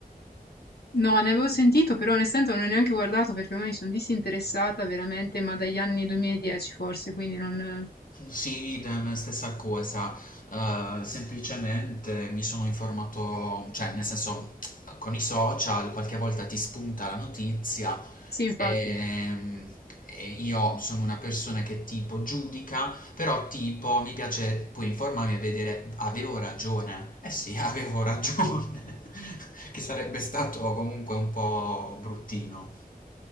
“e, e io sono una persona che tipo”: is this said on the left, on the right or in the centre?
Left